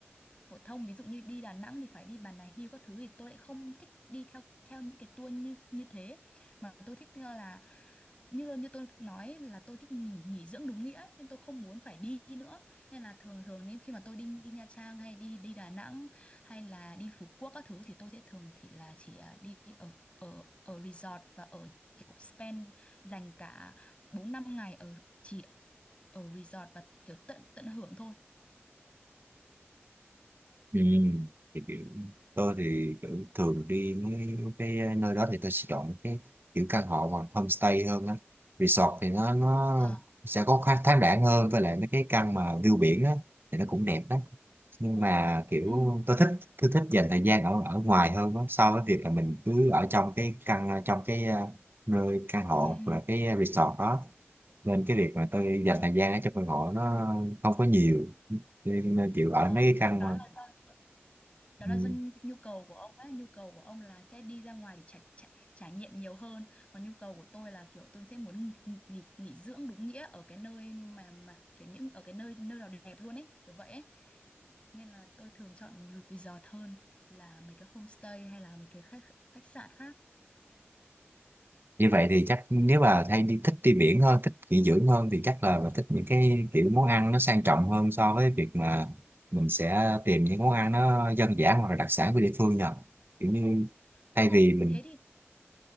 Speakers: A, on the left; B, on the right.
A: phổ thông ví dụ như đi Đà Nẵng thì phải đi Bà Nà Hills các thứ thì tôi lại không thích đi theo theo những cái tour như như thế mà tôi thích là như như tôi nói là tôi thích nghỉ nghỉ dưỡng đúng nghĩa ấy, nên tôi không muốn phải đi nữa nên là thường thường nếu khi mà tôi đi đi Nha Trang hay đi đi Đà Nẵng hay là đi Phú Quốc các thứ thì tôi sẽ thường thì là chỉ à, đi ở ở ở resort và ở kiểu spend dành cả 4 5 ngày ở chỉ ở resort và kiểu tận tận hưởng thôi.
B: Ừ. Thì kiểu tôi thì kiểu thường đi mấy cái ờ, nơi đó thì tôi sẽ chọn cái kiểu căn hộ hoặc homestay hơn á resort thì nó nó
A: Ờ,
B: sẽ có khá thoáng đãng hơn với lại mấy cái căn mà view biển á thì nó cũng đẹp đó nhưng
A: ờ,
B: mà kiểu
A: ừ,
B: tôi thích tôi thích dành thời gian ở ở ngoài hơn á so với việc là mình cứ ở trong cái căn ờ, trong cái ờ, nơi căn hộ
A: ừ, ừ.
B: hoặc là cái resort đó nên cái việc mà tôi dành
A: Ờ,
B: thời gian ở trong căn hộ nó không có nhiều nên nên kiểu ở
A: ờ,
B: mấy cái căn
A: đó
B: mà
A: là do đó là
B: ừ,
A: do nhu nhu cầu của ông ấy, nhu cầu của ông là sẽ đi ra ngoài để trải, trải, trải nghiệm nhiều hơn, còn nhu cầu của tôi là kiểu tôi sẽ muốn nghỉ, nghỉ, nghỉ dưỡng đúng nghĩa ở cái nơi mà mà kiểu những ở cái nơi nơi nào đẹp luôn ấy, kiểu vậy ấy. Nên là tôi thường chọn resort hơn là mấy cái homestay hay là mấy cái khách khách sạn khác.
B: như vậy thì chắc nếu mà hay đi thích đi biển hơn thích nghỉ dưỡng hơn thì chắc là mình thích những cái kiểu món ăn nó sang trọng hơn so với việc mà mình sẽ tìm những món ăn nó dân dã hoặc là đặc sản của địa phương nhờ kiểu như
A: Không,
B: thay vì mình
A: thế thì